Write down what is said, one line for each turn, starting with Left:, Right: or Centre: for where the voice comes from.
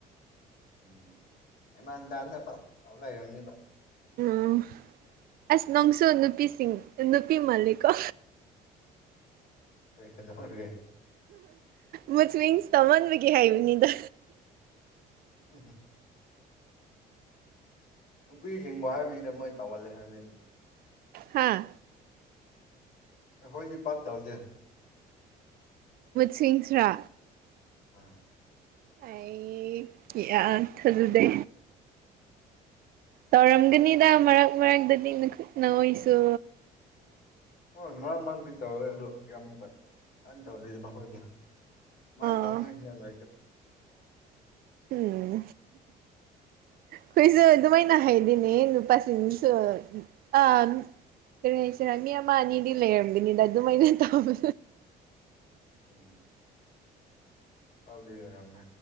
Left: ꯎꯝ ꯏꯃꯥꯟ ꯇꯗ ꯂꯩꯔꯝꯅꯤꯕ
Right: ꯎꯝ ꯑꯁ ꯅꯣꯡꯁꯨ ꯅꯨꯄꯤꯁꯤꯡ ꯅꯨꯄꯤ ꯃꯥꯜꯂꯤꯀꯣ
Left: ꯀꯩ ꯀꯗꯔꯒꯦ
Right: ꯃꯨꯁꯃꯤꯟꯁ ꯇꯝꯍꯟꯕꯒꯤꯦ ꯍꯥꯏꯕꯅꯤꯗ
Left: ꯎꯝꯝ ꯅꯨꯄꯤꯁꯤꯡꯕꯨ ꯍꯥꯏꯕꯅꯤꯅ ꯃꯣꯏ ꯇꯧꯒꯜꯂꯦ ꯍꯥꯏꯕꯅꯤꯅ
Right: ꯍꯥꯥ
Left: ꯍꯣꯏꯗꯤ ꯄꯥꯛ ꯆꯧꯗꯦ
Right: ꯁꯤꯡꯁ꯭ꯔꯥ
Left: <unintelligible>
Right: ꯑꯩ ꯊꯖꯗꯦ ꯇꯧꯔꯝꯒꯅꯤꯗ ꯃꯔꯛ ꯃꯔꯛꯇꯗꯤ ꯃꯈꯠ ꯅꯣꯏꯁꯨ
Left: ꯍꯣꯏ ꯃꯔꯛ ꯃꯔꯥꯡꯗꯤ ꯇꯧꯋꯦ ꯑꯗꯣ ꯌꯥꯝꯀ ꯀꯅ ꯇꯧꯗꯦꯣꯏ ꯃꯥꯏ
Right: ꯑꯥ
Left: ꯇꯥꯎꯅꯕ
Right: ꯎꯝ ꯑꯩꯈꯣꯏꯁꯨ ꯑꯗꯨꯃꯥꯏꯅ ꯍꯥꯏꯗꯤꯅꯦ ꯅꯨꯄꯥꯁꯤꯡꯁꯨ ꯑ ꯀꯔꯤ ꯍꯥꯏꯁꯤꯔꯥ ꯃꯤ ꯑꯃ ꯑꯅꯤꯗꯤ ꯂꯩꯔꯝꯒꯅꯤꯗ ꯑꯗꯨꯃꯥꯏꯅ ꯇꯧꯕ
Left: ꯎꯝ ꯐꯥꯎꯗ ꯑꯔꯝꯅ